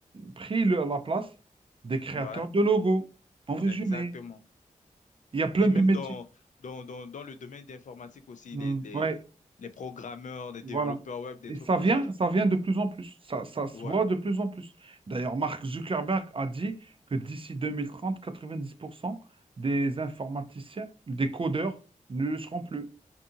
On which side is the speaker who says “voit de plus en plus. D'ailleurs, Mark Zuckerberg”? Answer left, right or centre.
Right